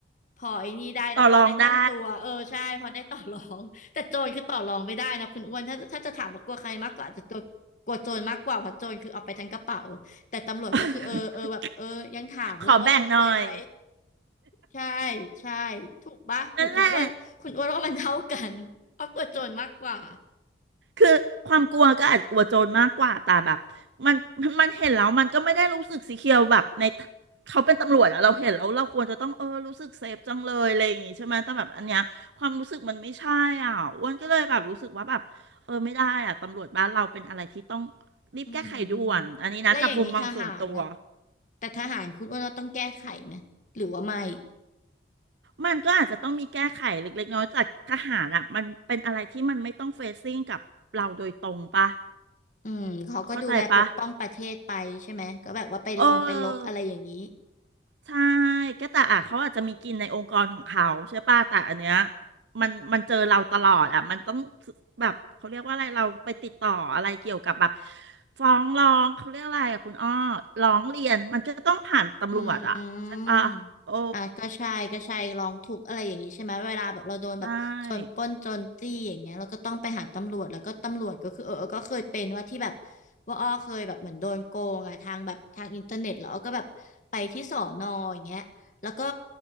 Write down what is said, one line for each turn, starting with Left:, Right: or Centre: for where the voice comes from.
Left: พอไอ้นี่ได้นะพอได้ตั้งตัวเออใช่พอได้ต่อรองแต่โจรคือต่อรองไม่ได้นะคุณอ้วนถ้าถ้าจะถามว่ากลัวใครมากกว่าอาจจะโจรกลัวโจรมากกว่าเพราะโจรคือเอาไปทั้งกระเป๋า
Right: ต่อรองได้
Left: แต่ตำรวจก็คือเออเออแบบเออยังถามเราว่าเรารวยไหม
Right: <laughs> ขอแบ่งหน่อย
Left: ใช่ใช่ถูกปะหรือคุณอ้วนคุณอ้วนว่ามันเท่ากันอ้อยกลัวโจรมากกว่า
Right: นั่นแหละคือความกลัวก็อาจกลัวโจรมากกว่าแต่แบบมันมันเห็นแล้วมันก็ไม่ได้รู้สึกสีเขียวแบบในเขาเป็นตำรวจอะเราเห็นแล้วเราควรจะต้องเออรู้สึกเซฟจังเลยอะไรอย่างงี้ใช่ไหมแต่แบบอันเนี้ยความรู้สึกมันไม่ใช่อ่ะอ้วนก็เลยแบบรู้สึกว่าแบบเออไม่ได้อ่ะตำรวจบ้านเราเป็นอะไรที่ต้องรีบแก้ไขด่วนอันนี้นะจากมุมมองส่วนตัว
Left: อืมแล้วอย่างนี้ทหารนะ แต่ทหารคุณอ้วนว่าต้องแก้ไขไหมหรือว่าไม่
Right: มันก็อาจจะต้องมีแก้ไขเล็กๆน้อยๆจากทหารอ่ะมันเป็นอะไรที่มันไม่ต้องเฟซซิ่งกับเราโดยตรงปะ
Left: อืมเขาก็ดูแลปกป้องประเทศไปใช่ไหมก็แบบว่าไปลงไปลบอะไรอย่างนี้
Right: เข้าใจปะเออใช่ก็แต่อ่ะเขาอาจจะมีกินในองค์กรของเขาใช่ปะแต่อันเนี้ยมันมันเจอเราตลอดอ่ะมันต้องแบบเขาเรียกว่าอะไรเราไปติดต่ออะไรเกี่ยวกับแบบฟ้องร้องเขาเรียกอะไรอ่ะคุณอ้อร้องเรียนมันจะต้องผ่านตำรวจอ่ะใช่ปะโอ้
Left: อืมอ่ะก็ใช่ก็ใช่ลองทุกข์อะไรอย่างนี้ใช่ไหมเวลาแบบเราโดนแบบโจรปล้นโจรจี้อย่างเงี้ยเราก็ต้องไปหาตำรวจแล้วก็ตำรวจก็คือเออเออก็เคยเป็นว่าที่แบบ
Right: ใช่
Left: ว่าอ้อเคยแบบเหมือนโดนโกงอ่ะทางแบบทางอินเทอร์เน็ตแล้วอ้อก็แบบไปที่สอนออย่างเงี้ยแล้วก็